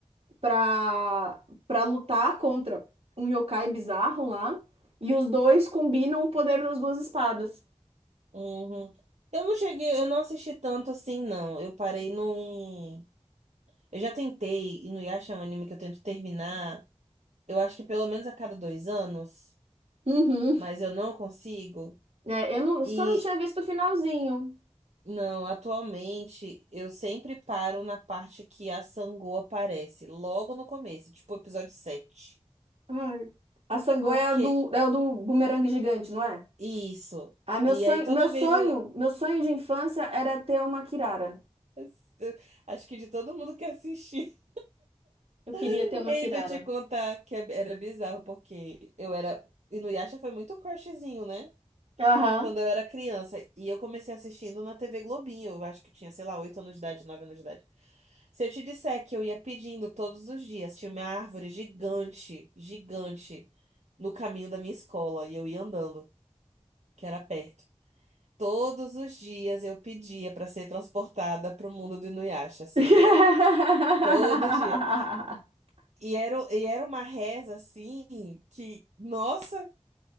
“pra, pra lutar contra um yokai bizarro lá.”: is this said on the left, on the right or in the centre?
Right